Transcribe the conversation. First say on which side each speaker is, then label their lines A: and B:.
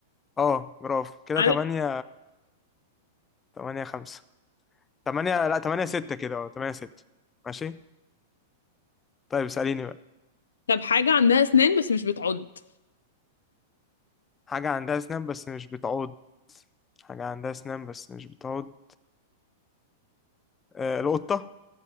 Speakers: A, on the left (about 20°); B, on the left (about 80°).
A: اه برافو كده
B: على
A: 8 8 5 8 لا 8 6 كده اه 8 6 ماشي طيب اساليني بقى
B: طب حاجة عندها أسنان بس مش بتعض
A: حاجه عندها اسنان بس مش بتعض حاجه عندها اسنان بس مش بتعض آه القطه